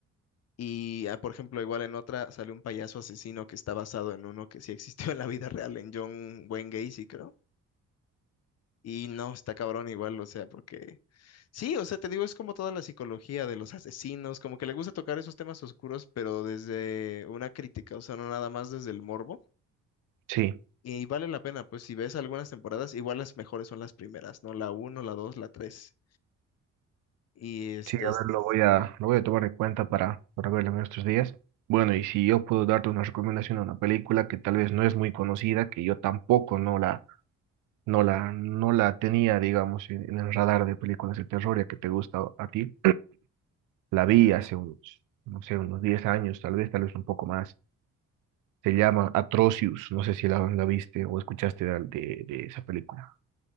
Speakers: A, on the left; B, on the right.
A: Y, ah, por ejemplo, igual en otra sale un payaso asesino que está basado en uno que sí existió en la vida real, en John Wayne Gacy, creo. Y no, está cabrón igual, o sea, porque sí, o sea, te digo, es como toda la psicología de los asesinos, como que le gusta tocar esos temas oscuros, pero desde una crítica, o sea, no nada más desde el morbo.
B: Sí,
A: Y vale la pena, pues si ves algunas temporadas, igual las mejores son las primeras, ¿no? La uno la dos la tres Y este...
B: sí, a
A: es-
B: ver, lo voy a, lo voy a tomar en cuenta para, para verlo en estos días. Bueno, y si yo puedo darte una recomendación a una película que tal vez no es muy conocida, que yo tampoco no la No la, no la tenía, digamos, en, en el radar de películas de terror, ya que te gusta a ti. La
A: Ujú.
B: vi hace unos, no sé, unos 10 años, tal vez, tal vez un poco más. Se llama Atrocious, no sé si la, la viste o escuchaste de, de, de esa película.